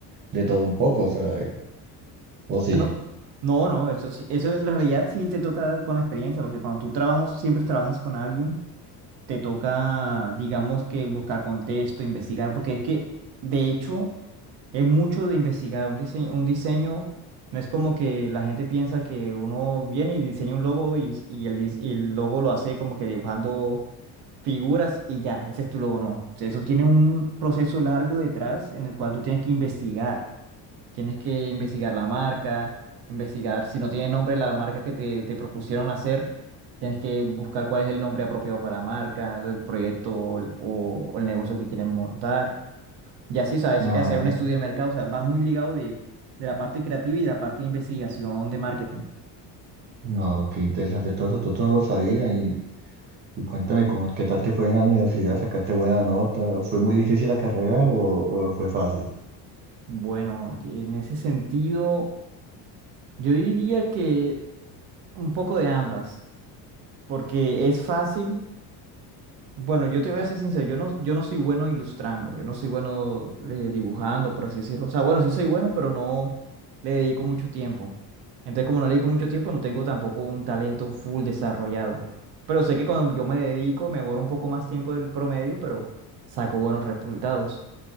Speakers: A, on the right; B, on the right.
A: de todo un poco, o sea, eh, o sí.
B: Ah, No, no, no, eso sí, eso en realidad sí te toca con la experiencia, porque cuando tú trabajas, siempre trabajas con alguien, te toca, digamos que buscar contexto, investigar, porque es que, de hecho, es mucho de investigar. Un diseño, un diseño no es como que la gente piensa que uno viene y diseña un logo y, y el, dis- y el logo lo hace como que dibujando figuras y ya, ese es tu logo, no. Eso tiene un proceso largo detrás en el cual tú tienes que investigar. Tienes que investigar la marca, investigar si no tiene nombre la marca que te, te propusieron hacer, tienes que buscar cuál es el nombre apropiado para la marca, del proyecto o, el o o el negocio que quieren montar. Y así, o sea, es
A: No,
B: hacer un estudio de mercado, o sea, va muy ligado de, de la parte creativa y la parte de investigación de marketing.
A: no, qué interesante todo esto, todo esto no lo sabía y, y cuéntame cómo, qué tal te fue en la universidad, sacaste buena nota, ¿fue muy difícil la carrera o, o fue fácil?
B: Bueno, en ese sentido, yo diría que un poco de ambas, porque es fácil. Bueno, yo te voy a ser sincero, yo no, yo no soy bueno ilustrando, yo no soy bueno eh, dibujando, por así decirlo. O sea, bueno, sí soy bueno, pero no le dedico mucho tiempo. Entonces, como no le dedico mucho tiempo, no tengo tampoco un talento full desarrollado. Pero sé que cuando yo me dedico, me demoro un poco más tiempo del promedio, pero saco buenos resultados.